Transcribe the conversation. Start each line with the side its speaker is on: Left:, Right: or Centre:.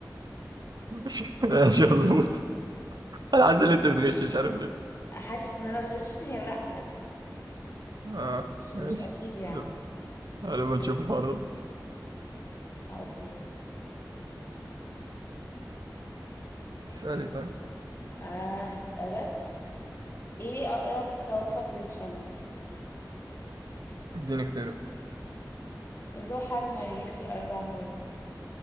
Right: <laughs> ماشي مظبوط أنا حاسس إن أنت بتغش مش عارف ليه
Left: حاسس ان انا بغش <laughs> هي لا لا
Right: اه
Left: مش
Right: ماشي
Left: مش اكيد يعني
Right: يلا، غالبا نشوف الحوار ده
Left: آه اوكي
Right: اسألي طيب
Left: آه هسألك ايه أقرب كوكب للشمس؟
Right: اديني اختيارات
Left: زحل مريخ الأرض عطارد